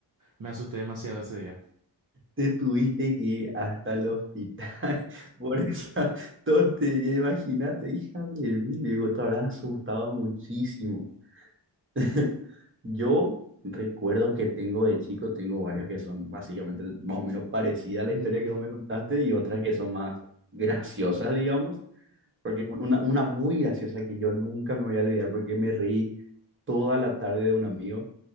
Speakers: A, on the right (about 50°); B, on the right (about 25°).
A: Me asusté demasiado ese día.
B: Te tuviste que ir hasta el hospital <laughs> por esa tontería. Imagínate, hija de mí. Le Digo, te habrás asustado muchísimo. <laughs> Yo recuerdo que tengo de chico, tengo varios que son básicamente más o menos parecidas a la
A: Mm,
B: historia que vos me contaste y otras que son más graciosas, digamos, porque una, una muy graciosa que yo nunca me voy a olvidar porque me reí toda la tarde de un amigo